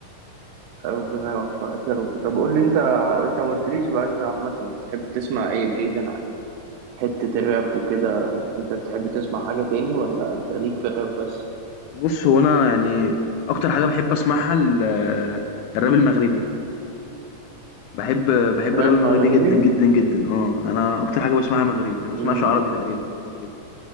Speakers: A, on the right; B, on the left.
A: ربنا يوفقك يا رب طب قول لي انت انت ما قلتليش بقى انت عامه بتحب تسمع ايه بعيدا عن حته الراب وكده انت بتحب تسمع حاجه تاني ولا انت ليك في الراب بس
B: بص هو أنا يعني أكتر حاجة بحب أسمعها ال- آه، الراب المغربي بحب بحب الراب
A: راب
B: المغربي
A: مغربي
B: جدا جدا جدا اه انا اكتر حاجه بسمعها مغربي انا بسمعش
A: مم.
B: عربي تقريبا هو مغربي